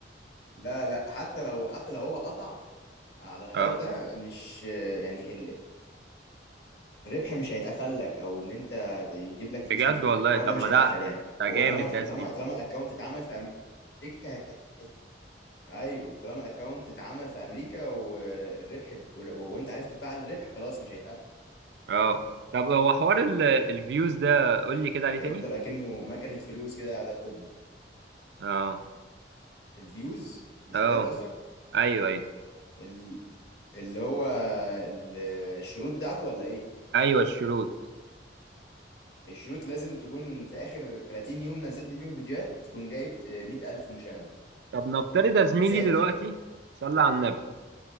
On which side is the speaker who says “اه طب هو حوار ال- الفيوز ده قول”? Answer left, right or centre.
Right